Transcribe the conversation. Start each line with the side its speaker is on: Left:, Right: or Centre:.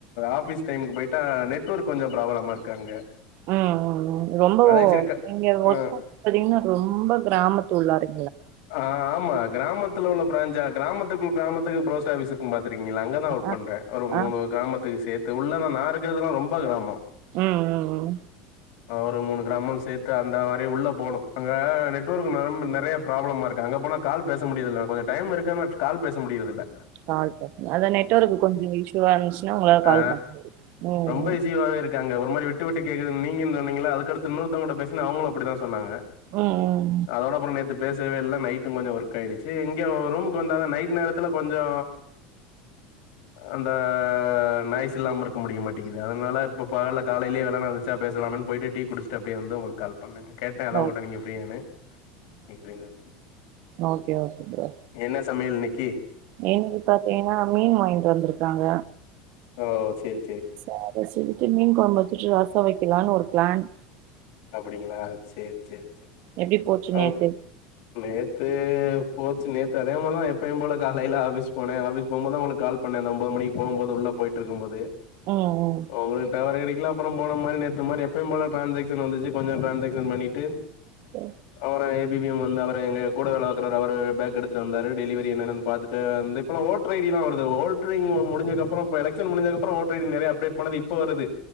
Left: ஆஃபீஸ் டைமுக்கு போயிட்டா நெட்ஒர்க் கொஞ்சு ப்ராப்ளமாருக்கு அங்க
Right: ம் ம் ம் ரொம்ப
Left: அதா சரி க
Right: நீங்க ஒர்க்
Left: ஆ
Right: <unintelligible> ன்னா ரொம்ப கிராமத்து உள்ளாருக்
Left: ஆ ஆமா கிராமத்துல உள்ள பிரஞ்சா கிராமத்துக்கு கிராமத்துக்கு போஸ்ட் ஆபீஸ் இருக்கு பாத் சரிங்களா அங்கதா ஒர்க்
Right: அ
Left: பண்ற ஒரு மூனு
Right: ஆ
Left: கிராமத்து சேத் அது உள்ள நா இருக்கறதுல்லா ரொம்ப கிராம
Right: ம் ம் ம்
Left: ஒரு மூணு கிராமோ சேத்து அந்த மாரி உள்ள போணு அங்க நெட்ஒர்க் ந ரொம்ப நெறைய ப்ராப்ளமாருக்கு அங்க போனா கால் பேச முடியதில்ல கொஞ்சோ டைம் இருக்கு ஆனா கால் பேச முடியிறதில்ல
Right: கால் பேசுன அத நெட்ஒர்க்கு கொஞ்சோ இஷ்ஷுவா இருந்துச்சின்னா உங்களால கால்
Left: ஆ
Right: பண்ண முடியாது
Left: ரொம்ப இஷ்யூவாவே இருக்கு அங்க. ஒரு மாரி விட்டு விட்டு கேக்குது நீங்கன் சொன்னீங்களா அதுக்கடுத்து இன்னொருத்தங்குட்ட பேசுன அவங்களு அப்படிதா சொன்னாங்க
Right: ம்
Left: அதோட அப்பறோ நேத்து பேஸ் இது எல்லா நைட்டு கொஞ்சோ ஒர்க்காயிடிங்சி இங்க ரூமுக்கு வந்தா தா நைட் நேரத்துல கொஞ்சோ அந்த நாய்ஸ் இல்லாமருக்க முடியமாட்டேங்குது அதனால இப்ப பகல்ல காலைலயே வேலன்ன எந்திரிச்ச பேசலாமன் போயிட்டு டீ குடிஸ்ட்டு அப்டியே வந்து உங்களுக் கால் பண்ணே கேட்டே அதா
Right: ம் ம் ம்
Left: உங்கள்ட
Right: ஓக்
Left: நீங்க ஃப்ரீயானு <unintelligible>
Right: ஓக்கே ஓக்கே ப்ரோ
Left: என்ன சமையல் இன்னைக்கி
Right: இங்க பாத்தீங்கன்னா மீன் வாங்கிட்டு வந்துருக்காங்க
Left: ஓ செரி
Right: செரி சீக்கி மீன் கொழம்பு வச் சுட்டு ரசோ வெக்கலான்னு ஒரு பிளான்
Left: அப்படிங்களா செரி செரி செரி
Right: எப்டி போச்சு
Left: ம்
Right: நேத்து
Left: நேத் து போச்சி நேத்து அதே மாரிதா எப்பயு போலதா காலையில ஆபிஸ் போன ஆபிஸ் போகும் போதுதா உங்களுக்கு கால் பண்ண அந்த ஒம்பது மணிக்கு போகும் போது உள்ளே போயிட்டுருக்கு போதே
Right: ம்
Left: உங்கள்ட்ட டவர் இருக்கிலாம் போன போன மாரி நேத்து மாரி எப்பயும்போல டிரான்சேக்ஸ் ஏர்டெல் வந்துருச்சு கொஞ்சோ டிரான்ஷெக்க்ஷன்‌ பண்ணிட்டு
Right: ம்
Left: அவரு எப்பியுமே வந்து அவரு எங்க கூட லா <unintelligible> அவரு பேக் எடுத்துட்டு வந்தாரு டெலிவரி என்னென்ன பாத்துட்டு வந்து இப்பல்லா ஓட்டரைய்டிலா வருது ஓட்டரைடி முடிஞ்சதுக்கப்றோ இப்ப எலெக்க்ஷன் முடிஞ்சதுக்கப்றோ ஓட்டரைடி நறைய அப்ளை பண்ணது இப்ப வருது